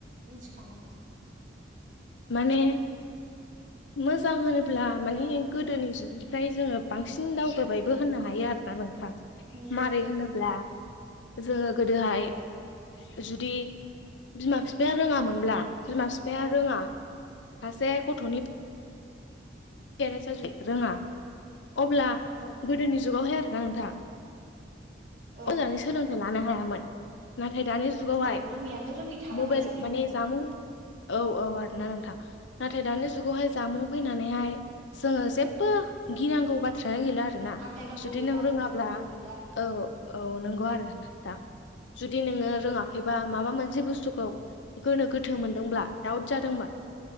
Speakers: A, on the right (about 90°); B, on the left (about 75°).
A: मिनथिखानानै
B: माने मोजां होनोब्ला माने गोदोनि जुगनिफ्राय जोङो बांसिन दावगाबायबो होननो हायो आरोना नोंथां
A: नंगौ
B: मारै
A: नोंथां
B: होनोब्ला जोङो गोदोहाय जुदि बिमा फिफाया रोङामोनब्ला बिमा बिफाया
A: औ
B: रोङा
A: नोंथां
B: सासे गथ'नि पेरेन्सा जुदि रोङा अब्ला
A: औ
B: गोदोनि जुगावहाय आरोना नोंथां
A: औ
B: मोजाङै सोलों थाय लानो हायामोन नाथाय दानि जुगावहाय
A: औ रोङैयानो रोङै थालांनाय
B: मबाइल
A: जायोमोन
B: माने
A: आरो
B: जामुं औ औ आरोना नोंथां नाथाय दानि जुगावहाय जामबुं फैनानैहाय जोङो जेबबो गिनांगौ बाथ्रायानो गैला आरोना
A: आन्दायनांगौ
B: जुदि
A: गैला
B: नों रोङाब्ला
A: गिनांगौ गैला
B: औ औ नंगौ आरो दा जुदि नोङो रोङाखैबा माबा मोनसे बुस्थुखौ गोनो गोथो मोनदोंब्ला दाउट जादोंबा
A: औ